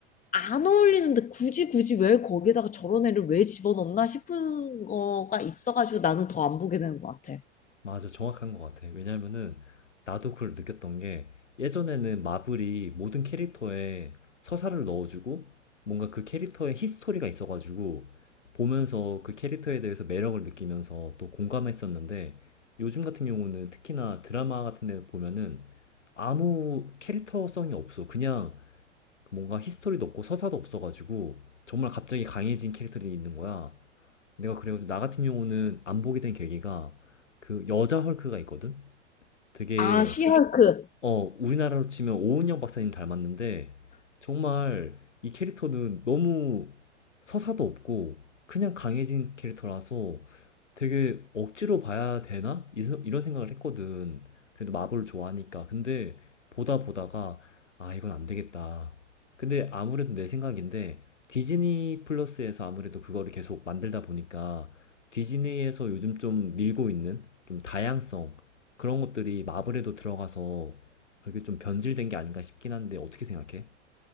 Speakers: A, on the left; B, on the left.
A: 안 어울리는데 굳이 굳이 왜 거기다가 저런 애를 왜 집어넣나 싶은 거가 있어가지고 나는 더 안 보게 되는 것 같아.
B: 맞아, 정확한 것 같아. 왜냐면은 나도 그걸 느꼈던 게 예전에는 마블이 모든 캐릭터에 서사를 넣어주고 뭔가 그 캐릭터의 히스토리가 있어가지고 보면서 그 캐릭터에 대해서 매력을 느끼면서 또 공감했었는데 요즘 같은 경우는 특히나 드라마 같은 데 보면은 아무 캐릭터성이 없어. 그냥 뭔가 히스토리도 없고 서사도 없어가지고 정말 갑자기 강해진 캐릭터들이 있는 거야. 내가 그래가지고 나 같은 경우는 안 보게 된 계기가 그 여자 헐크가 있거든? 되게
A: 아, 시헐크.
B: 어, 우리나라로 치면 오은영 박사님 닮았는데, 정말 이 캐릭터는 너무 서사도 없고, 그냥 강해진 캐릭터라서 되게 억지로 봐야 되나? 이 세- 이런 생각을 했거든. 그래도 마블 좋아하니까. 근데 보다 보다가, 아, 이건 안 되겠다. 근데 아무래도 내 생각인데, 디즈니 플러스에서 아무래도 그거를 계속 만들다 보니까, 디즈니에서 요즘 좀 밀고 있는 좀 다양성, 그런 것들이 마블에도 들어가서 그렇게 좀 변질된 게 아닌가 싶긴 한데 어떻게 생각해?